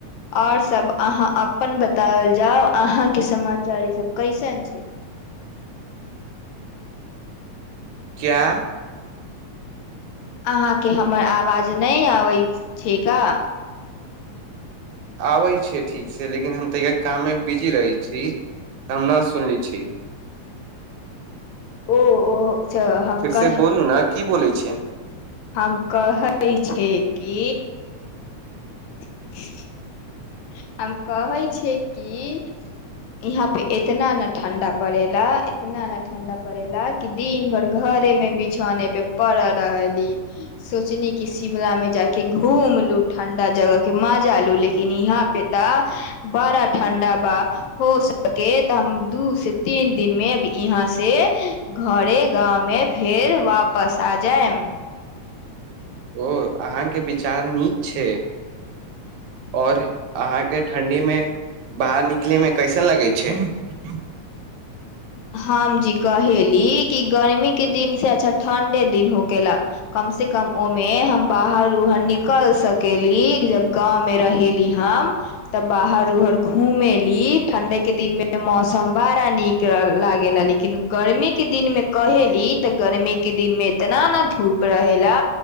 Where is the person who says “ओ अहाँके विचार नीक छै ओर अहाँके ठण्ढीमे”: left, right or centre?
Right